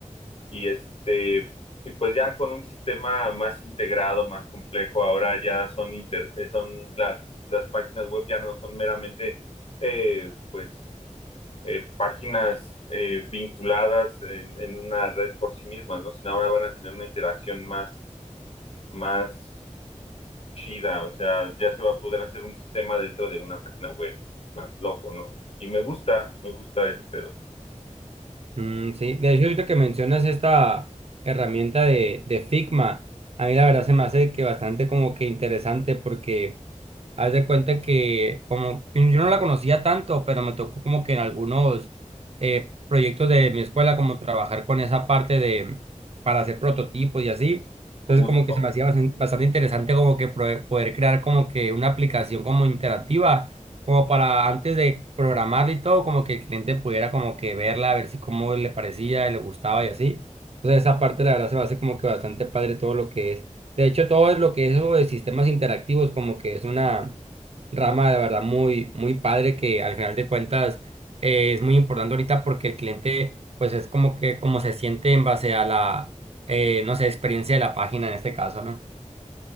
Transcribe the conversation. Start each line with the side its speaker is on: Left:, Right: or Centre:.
Left: y este, y pues ya con un sistema más integrado, más complejo. Ahora ya son inter- eh, son las, las páginas web ya no son meramente eh, pues eh, páginas eh, vinculadas en, en una red por sí mismas, ¿no? Sino ahora van a tener una interacción más, más chida, o sea, ya se va a poder hacer un sistema dentro de una página web más loco, ¿no? Y me gusta, me gusta ese pedo,
Right: Mm, sí, de hecho ahorita que mencionas esta herramienta de, de Figma, a mí la verdad se me hace que bastante como que interesante porque... Haz de cuenta que como yo no la conocía tanto, pero me tocó como que en algunos eh, proyectos de mi escuela como trabajar con esa parte de para hacer prototipos y así. Entonces
Left: justo.
Right: como que se me hacía bastan- bastante, interesante como que pro- poder crear como que una aplicación como interactiva, como para antes de programarla y todo, como que el cliente pudiera como que verla, a ver si cómo le parecía y le gustaba y así. Entonces esa parte la verdad se me hace como que bastante padre todo lo que es. De hecho, todo es lo que es eso de sistemas interactivos, como que es una rama de verdad muy, muy padre que al final de cuentas eh, es muy importante ahorita porque el cliente, pues es como que como se siente en base a la, eh, no sé, experiencia de la página en este caso, ¿no?